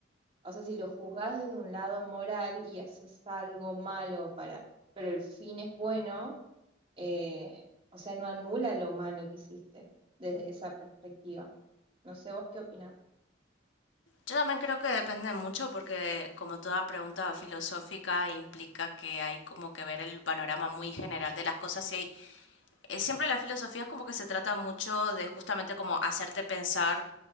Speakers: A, on the right; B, on the left.
A: O sea, si lo juzgás desde un lado moral y haces algo malo para, pero el fin es bueno, eh, o sea, no anula lo malo que hiciste desde esa perspectiva. No sé, ¿vos qué opinás?
B: Yo también creo que depende mucho porque como toda pregunta filosófica implica que hay como que ver el panorama muy general de las cosas y hay eh, siempre la filosofía es como que se trata mucho de justamente como hacerte pensar,